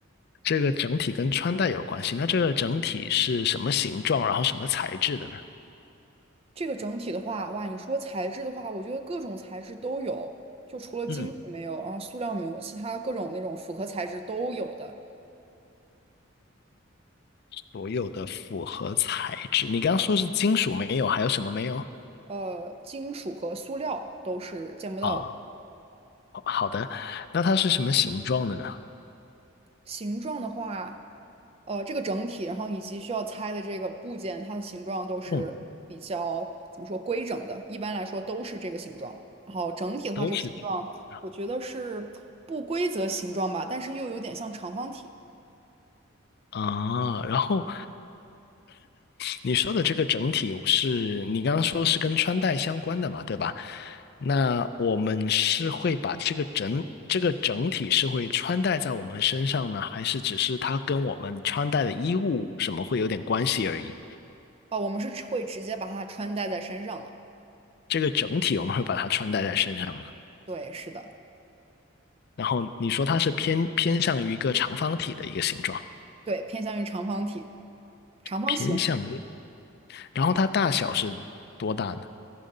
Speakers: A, on the left; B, on the right.
A: 这个整体跟穿戴有关系。那这个整体是什么形状，然后什么材质的呢？
B: 这个整体的话，哇，你说材质的话，我觉得各种材质都有，就除了金属没有，
A: 嗯，
B: 然后塑料没有，其他各种那种复合材质都有的。
A: 所有的复合材质。你刚刚说是金属没有，还有什么没有？
B: 呃，金属和塑料都是见不到的。
A: 啊，好的。那它是什么形状的呢？
B: 形状的话，呃，这个整体，然后以及需要拆的这个部件，它的形状都是比较怎么说规整的，
A: 嗯，
B: 一般来说都是这个形状。然后整体的话，
A: 都是金属
B: 这个形状我觉得是不规则形状吧，但是又有点像长方体。
A: 的啊。然后你说的这个整体是你刚刚说是跟穿戴相关的嘛，对吧？那我们是会把这个整这个整体是会穿戴在我们身上呢，还是只是它跟我们穿戴的衣物什么会有点关系而已？
B: 哦，我们是会直接把它穿戴在身上的。
A: 这个整体我们会把它穿戴在身上啊，
B: 对，是的，
A: 然后你说它是偏偏向于一个长方体的一个形状，
B: 对，偏向于长方体、长方形。
A: 偏向于，然后它大小是多大呢？